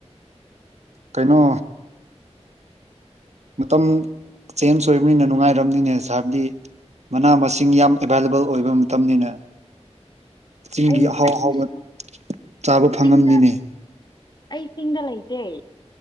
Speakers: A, on the right; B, on the left.
A: ꯀꯩꯅꯣ ꯃꯇꯝ ꯆꯦꯟꯖ ꯑꯣꯏꯕꯅꯤꯅ ꯅꯨꯡꯉꯥꯏꯔꯝꯅꯤꯅꯦ ꯍꯥꯏꯕꯗꯤ ꯃꯅꯥ ꯃꯁꯤꯡ ꯌꯥꯝ ꯑꯦꯕꯥꯏꯂꯦꯕꯜ ꯑꯣꯏꯕ ꯃꯇꯝꯅꯤꯅꯦ ꯆꯤꯡꯒꯤ
B: ꯑꯩ
A: ꯑꯍꯥꯎ
B: ꯑꯩꯁꯨ
A: ꯑꯍꯥꯎꯕ ꯆꯥꯕ ꯐꯪꯉꯝꯅꯤꯅꯦ
B: ꯆꯤꯡꯗ ꯑꯩ ꯆꯤꯡꯗ ꯂꯩꯇꯦ